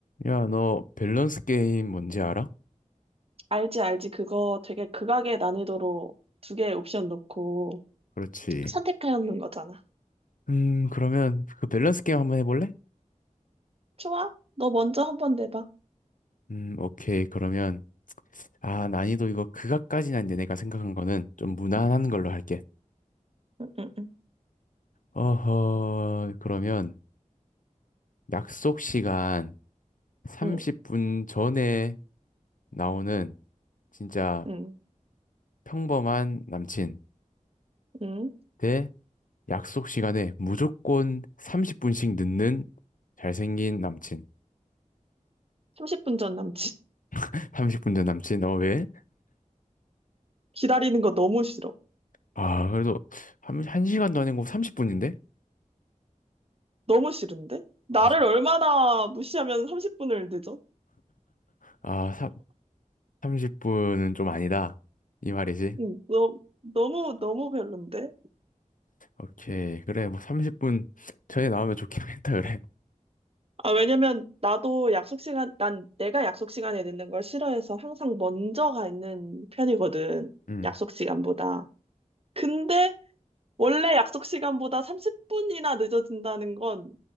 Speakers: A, on the left; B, on the right.
A: 야, 너 밸런스 게임 뭔지 알아?
B: 알지, 알지. 그거 되게 극악의 난이도로 두 개의 옵션 놓고
A: 그렇지.
B: 선택하였는 거잖아.
A: 음, 그러면 그 밸런스 게임 한번 해볼래?
B: 좋아. 너 먼저 한번 내봐.
A: 음, 오케이. 그러면, 아, 난이도 이거 그각까지는 아닌데 내가 생각한 거는 좀 무난한 걸로 할게.
B: 응, 응, 응,
A: 어허, 그러면 약속 시간 30분
B: 응,
A: 전에 나오는 진짜
B: 응,
A: 평범한 남친
B: 응.
A: 대 약속 시간에 무조건 30분씩 늦는 잘생긴 남친.
B: 30분 전 남친.
A: <laughs> 30분 전 남친, 어, 왜?
B: 기다리는 거 너무 싫어.
A: 아, 그래도 한, 한 시간도 아니고 30분인데?
B: 너무 싫은데? 나를
A: 아, 씨.
B: 얼마나 무시하면 30분을 늦어?
A: 아, 삼 30분은 좀 아니다. 이 말이지.
B: 응, 너, 너무, 너무 별론데?
A: 오케이. 그래, 뭐 30분 전에 나오면 좋긴 했다, 그래.
B: 아, 왜냐면 나도 약속 시간, 난 내가 약속 시간에 늦는 걸 싫어해서 항상 먼저 가 있는 편이거든.
A: 음.
B: 약속 시간보다. 근데 원래 약속 시간보다 30분이나 늦어진다는 건